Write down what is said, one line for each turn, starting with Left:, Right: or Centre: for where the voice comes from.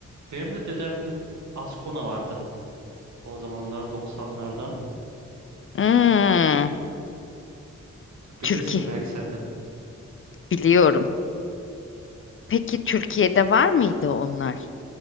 Right: Benim de dedemde Ascona vardı. O zamanlar 90'larda.
Left: Hmm, Türkiye.
Right: Bilirsin belki sen de.
Left: Biliyorum. Peki Türkiye'de var mıydı onlar?